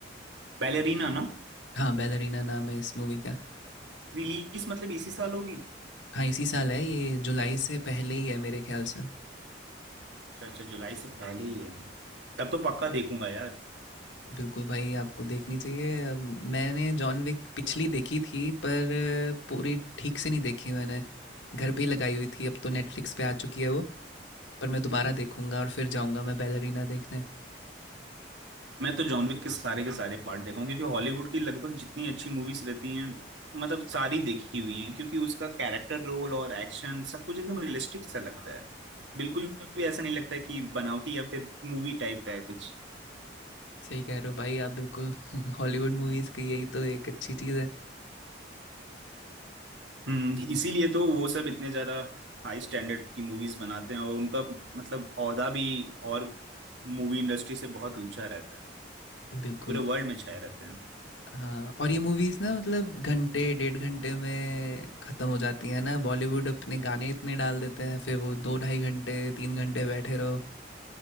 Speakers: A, on the right (about 75°); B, on the left (about 80°).
A: बैलेरीना ना
B: हाँ बैलरीना नाम है इस मूवी का
A: रिलीज मतलब इसी साल होगी
B: हाँ इसी साल है ये जुलाई से पहले ही है मेरे ख्याल से
A: अच्छा अच्छा जुलाई से पहले ही है तब तो पक्का देखूंगा यार
B: बिल्कुल भाई आपको देखनी चाहिए अ, मैंने जॉन विक पिछली देखी थी पर अ, पूरी ठीक से नहीं देखी मैंने घर पे ही लगाई हुई थी अब तो नेटफ्लिक्स पे आ चुकी है वो पर मैं दोबारा देखूंगा और फिर जाऊंगा मैं बैलरीना देखने
A: मैं तो जॉन विक के सारे के सारे पार्ट देखा हूँ क्योंकि हॉलीवुड की लगभग जितनी अच्छी मूवीज रहती हैं मतलब सारी देखी हुई हैं क्योंकि उसका कैरेक्टर रोल और एक्शन सब कुछ एकदम रियलिस्टिक सा लगता है बिल्कुल भी ऐसा नहीं लगता है कि बनावटी या फिर मूवी टाइप का है कुछ
B: सही कह रहे हो भाई आप बिल्कुल <laughs> हॉलीवुड मूवीज़ की यही तो एक अच्छी चीज़ है
A: हम्म इसीलिए तो वो सब इतने ज्यादा हाई स्टैंडर्ड की मूवीज बनाते हैं और उनका मतलब औहदा भी और मूवी इंडस्ट्री से बहुत ऊंचा रहता है
B: बिल्कुल
A: पूरे वर्ल्ड में छाए रहते हैं
B: हाँ और ये मूवीज़ ना मतलब घंटे डेढ़ घंटे में ख़त्म हो जाती है ना बॉलीवुड अपने गाने इतने डाल देते हैं फिर वो दो ढाई घंटे तीन घंटे बैठे रहो